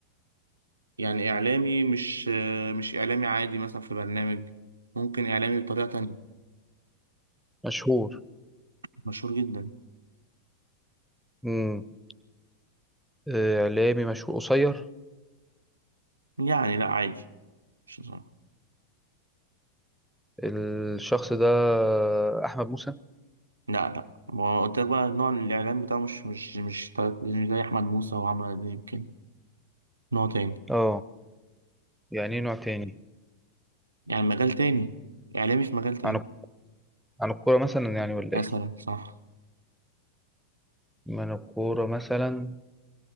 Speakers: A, on the right; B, in the centre.
A: يعني إعلامي مش مش إعلامي عادي مثلا في برنامج ممكن إعلامي بطريقة تانية
B: مشهور
A: مشهور جدا
B: امم آه، إعلامي مشهور قصير
A: يعني لا عادي مش صعب.
B: الشخص ده أحمد موسى
A: لا لا ما قلت لك بقى نوع الإعلام بتاعه مش مش مش طريقة- مش زي أحمد موسى وعمرو أديب يمكن نوع تاني
B: اه يعني إيه نوع تاني
A: يعني مجال تاني إعلامي في مجال تاني
B: عن عن الكورة مثلا يعني ولا
A: مثلا
B: إيه
A: صح
B: من الكورة مثلا